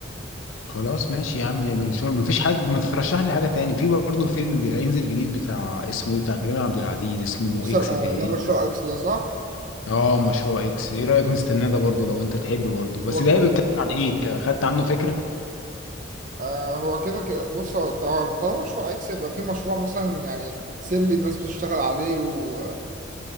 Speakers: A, on the left (about 80°); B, on the right (about 40°).
A: خلاص ماشي يا عم نبقى نشوف مفيش حد ما ترشح لي حاجه تاني في برضه فيلم بي- هينزل جديد بتاع اسمه ايه بتاع كريم عبد العزيز اسمه
B: بص
A: اكس
B: آه،
A: تقريبا
B: لا مشروع اكس ده صح
A: اه مشروع اكس ايه رايك نستناه ده برضه لو انت تحب برضه بس
B: هو كده
A: ده هيبقى بيتكلم عن ايه خدت عنه فكره
B: آه هو كده كده بص هو طب- طالما مشروع اكس يبقى في مشروع مثلا يعني سري الناس بتشتغل عليه وحاجة